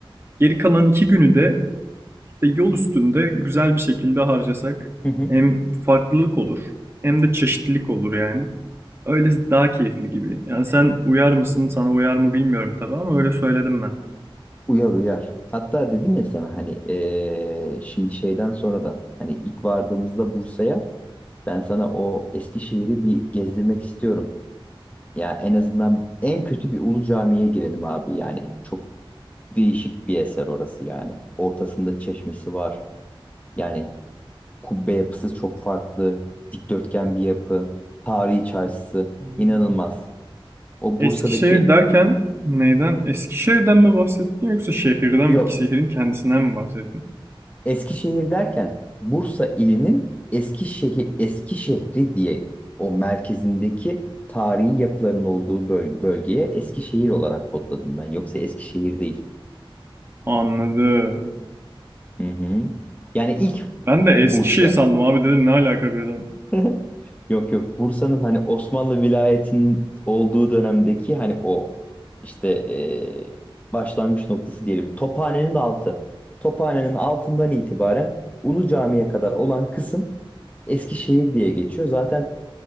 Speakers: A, on the right (about 25°); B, on the left (about 15°).
A: Geri kalan iki günü de İşte yol üstünde güzel bir şekilde harcasak
B: hı. hı.
A: hem farklılık olur hem de çeşitlilik olur yani. Öyle daha keyifli gibi. Yani sen uyar mısın, sana uyar mı bilmiyorum tabii ama öyle söyledim ben.
B: Uyar uyar. Hatta dedim ya sana hani eee, şimdi şeyden sonra da hani ilk vardığımızda Bursa'ya ben sana o Eskişehir'i bir gezdirmek istiyorum. Ya en azından en kötü bir ulu camiye girelim abi. Yani çok değişik bir eser orası yani. Ortasında çeşmesi var. Yani kubbe yapısı çok farklı. Dikdörtgen bir yapı. Tarihi çarşısı
A: Hmm.
B: inanılmaz. O
A: Eskişehir
B: Bursa'daki
A: derken neyden? Eskişehir'den mi bahsettin yoksa şehirden
B: yok.
A: mi, şehrin kendisinden mi bahsettin?
B: Eskişehir derken Bursa ilinin Eskişehir eski şehri diye o merkezindeki tarihi yapıların olduğu böl bölgeye Eskişehir olarak kodladım ben. Yoksa Eskişehir değil.
A: Anladım.
B: Hı hı. Yani ilk
A: Ben de Eskişehir
B: Bursa.
A: sandım abi dedim ne alaka birden.
B: <laughs> Yok yok Bursa'nın hani Osmanlı vilayetin olduğu dönemdeki hani o işte eee, başlangıç noktası diyelim. Tophane'nin altı. Tophane'nin altından itibaren Ulu Cami'ye kadar olan kısım Eskişehir diye geçiyor. Zaten